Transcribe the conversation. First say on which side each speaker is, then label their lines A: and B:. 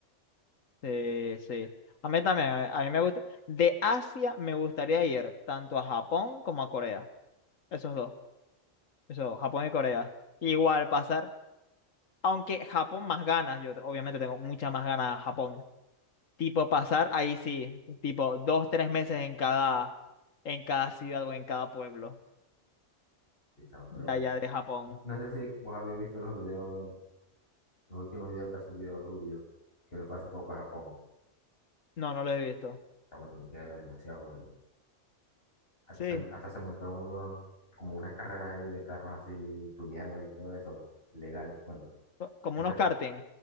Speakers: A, on the left; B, on the left.
A: Sí, sí. A mí también, a a mí me gusta. De Asia me gustaría ir tanto a Japón como a Corea. Esos dos, esos dos, Japón y Corea. Igual pasar, aunque Japón más ganas, yo te- obviamente tengo muchas más ganas a Japón. Tipo pasar, ahí sí, tipo dos, tres meses en cada en cada ciudad o en cada pueblo
B: sí, chamo,
A: de
B: pero
A: allá de Japón.
B: no, no sé si vos habéis visto los videos Los últimos videos que ha subido Rubio, que lo fue hace poco a Japón,
A: No, no lo he visto.
B: estamos teniqueros, demasiado bueno. Hasta
A: Sí,
B: se, hasta se montó en unos, como unas carreras ahí de carros así tuneados y todo eso, legal. Bueno,
A: co- como
B: entre-
A: unos karting.